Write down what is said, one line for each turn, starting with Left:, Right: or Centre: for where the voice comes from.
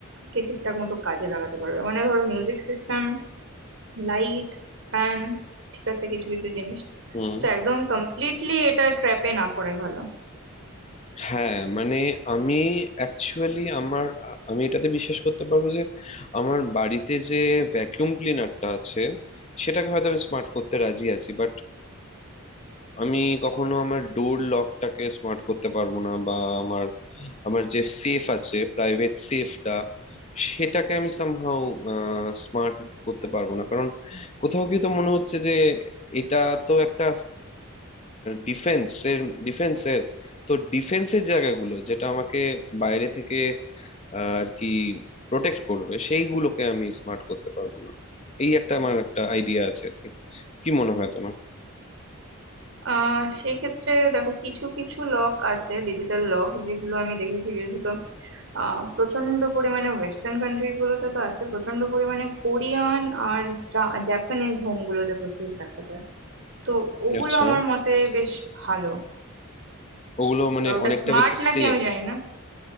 Right: কে ঠিকঠাক মতো কাজে লাগাতে পারবে মানে ধরো মিউজিক সিস্টেম লাইট ফ্যান ঠিক আছে কিছু কিছু জিনিস
Left: হুম
Right: তো একদম কমপ্লিটলি এটা ট্র্যাপে না পড়াই ভালো
Left: হ্যাঁ মানে আমি অ্যাকচুয়ালি আমার আ- আমি এটাতে বিশ্বাস করতে পারবো যে আমার বাড়িতে যে ভ্যাকুয়াম ক্লিনারটা আছে সেটাকে হয়তো আমি স্মার্ট করতে রাজি আছি বাট আমি কখনো আমার ডোর লকটাকে স্মার্ট করতে পারবো না বা আমার আমার যে সেফ আছে প্রাইভেট সেফটা সেটাকে আমি সামহাউ স্মার্ট করতে পারবো না কারণ কোথাও গিয়ে তো মনে হচ্ছে যে এটা তো একটা ডিফেন্স এর ডিফেন্সের তো ডিফেন্সের জায়গাগুলো যেটা আমাকে বাইরে থেকে আহ, আর কি প্রোটেক্ট করবে সেইগুলোকে আমি স্মার্ট করতে পারবো না এই একটা আমার একটা আইডিয়া আছে আর কি কি মনে হয় তোমার
Right: আহ সেই ক্ষেত্রে দেখো কিছু কিছু লক আছে ডিজিটাল লক যেগুলো আমি দেখেছি বিশেষত আহ প্রচন্ড পরিমাণে ওয়েস্টার্ন কান্ট্রিজ গুলোতে তো আছে প্রচন্ড পরিমাণে কোরিয়ান আর জাপানিজ হোম গুলোতে প্রচুর দেখা যায় তো ওগুলো
Left: আচ্ছা
Right: আমার মতে বেশ ভালো
Left: ওগুলো মানে
Right: তো ওটা
Left: অনেকটা
Right: স্মার্ট
Left: বেশি
Right: নাকি
Left: সেফ
Right: আমি জানি না